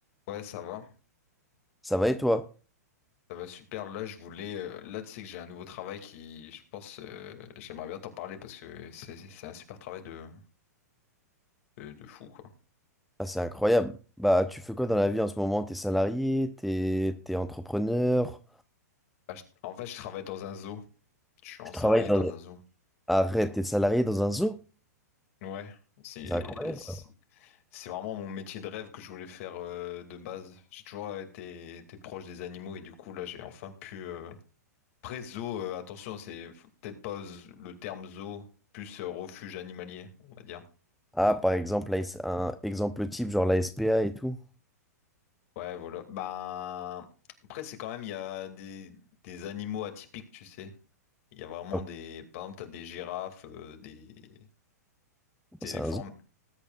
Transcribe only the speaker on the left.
Ouais, ça va,
ça va super. Là, je voulais, euh, là, tu sais que j'ai un nouveau travail qui, je pense, euh, j'aimerais bien t'en parler parce que c'est c'est- c'est un super travail de, de, de fou, quoi.
Ah, je- En fait, je travaille dans un zoo. Je suis en
salarié
dans un zoo.
Ouais, c'est
c'est
c'est vraiment mon métier de rêve que je voulais faire euh, de base. J'ai toujours été, été proche des animaux et du coup, là, j'ai enfin pu. Euh... Après, zoo, euh, attention, c'est f- peut-être pas z- le terme zoo, plus euh, refuge animalier, on va dire.
Ouais, voilà. Ben, après, c'est quand même, il y a des, des animaux atypiques, tu sais. Il y a vraiment
des. Par exemple, t'as des girafes, euh, des... des
éléphants.